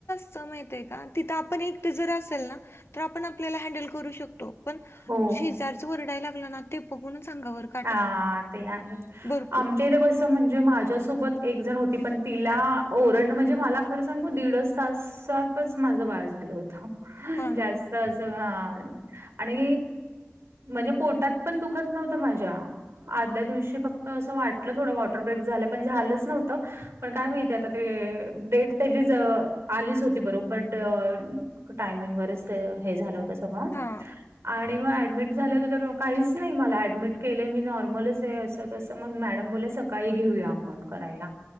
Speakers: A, on the left; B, on the right.
A: कसय माहिती आहे का तिथं आपण एक तर जर असेल ना तर आपण आपल्याला हँडल करू शकतो. पण
B: हो
A: शेजारच वरडायला लागला ना ते बघूनच अंगावर <unintelligible>
B: हां ते आहे
A: भरपूर.
B: आमच्या इथ कस म्हणजे माझ्यासोबत एक जण होती पण तिला ओरडन म्हणजे मला खर सांगू दीडच तास स्वतच माझ बाळ झालं होत
A: हां,
B: जास्त हा आणि म्हणजे पोटात पण दुखत नव्हत माझ्या. आदल्या दिवशी फक्त अस वाटल थोड वॉटर ब्रेक झाल पण झालच नव्हत. पण काय माहिती आता ते डेट त्याचीच आलीच होती बरोबर बट टायमिंग वरच ते हे झाल होत. तवा
A: हां,
B: आणि मग ऍडमिट झाले होत तेव्हा काहीच नाही मला ऍडमिट केले मी नॉर्मलच आहे असं तस मग मॅडम बोलल्या सकाळी घेऊया आपण करायला.